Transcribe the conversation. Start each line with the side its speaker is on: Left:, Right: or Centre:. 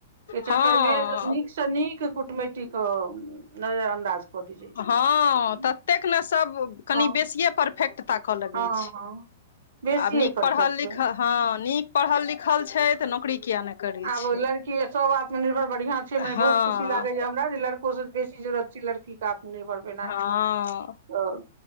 Right: के चक्करमे
Left: हँ
Right: नीक सँ नीक कुटमैति कऽ नजरअंदाज कऽ देल जाइ छै
Left: हँ
Right: लोक सब।
Left: ततेक ने सब कनि
Right: हँ
Left: बेसिये परफेक्ट ताकऽ लगै
Right: हँ
Left: छै
Right: हँ बेसीये
Left: आब नीक
Right: परफेक्ट
Left: पढ़ल लिखल हँ नीक पढ़ल लिखल छै तऽ नौकरी किये नहि करै
Right: आब
Left: छै
Right: लड़की सभ आत्मनिर्भर बढ़ियां छै मने
Left: हँ
Right: बहुत खुशी लागैया हमरा जे लड़को से बेसी जरूरत छै लड़की कऽ आत्मनिर्भर भेनाय
Left: हँ
Right: तऽ